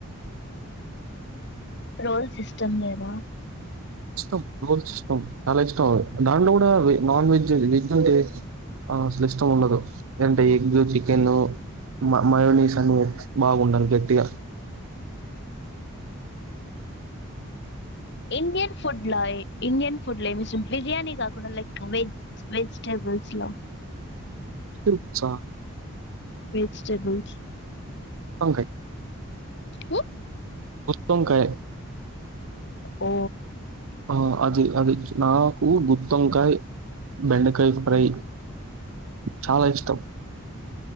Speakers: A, on the left (about 50°); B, on the right (about 70°).
A: రోల్స్ ఇష్టం లేదా?
B: ఇష్టం రోల్స్ ఇష్టం, చాలా ఇష్టం అవి. దాంట్లో కూడా నాన్ వెజ్, వెజ్ అంటే ఆ అసలు ఇష్టం ఉండదు. లేదంటే ఎగ్, చికెన్, మమయోనీస్ అన్ని బాగుండాలి గట్టిగా.
A: ఇండియన్ ఫుడ్ల ఇండియన్ ఫుడ్ల ఏం ఇష్టం బిర్యానీ కాకుండా లైక్ వె వెజ్టేబుల్స్ లో.
B: <unintelligible>
A: వెజిటెబుల్స్.
B: వంకాయ్.
A: ఉ.
B: గుత్తొంకాయ్.
A: ఓ
B: ఆ అది అది నాకు గుత్తోంకాయి, బెండకాయ ఫ్రై. చాలా ఇష్టం.